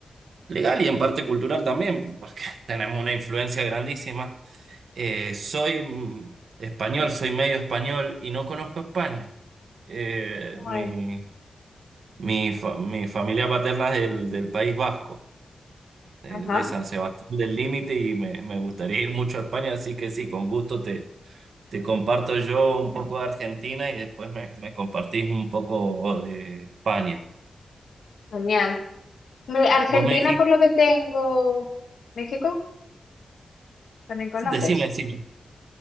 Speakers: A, on the right; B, on the left.
A: legal y en parte cultural también, porque <laughs> tenemos una influencia grandísima. Eh, soy mm, español, soy medio español y no conozco a España. Eh,
B: Muy-
A: mi, mi, fa- mi familia paterna es del, del País Vasco. eh,
B: Ajá,
A: de San Sebastián del Límite y me, me gustaría ir mucho a España, así que sí, con gusto te, te comparto yo un poco de Argentina y después me, me compartís un poco de España.
B: genial. Hombre, Argentina,
A: Vos me dijiste,
B: por lo que tengo. ¿México? ¿También conoces?
A: decime, decime.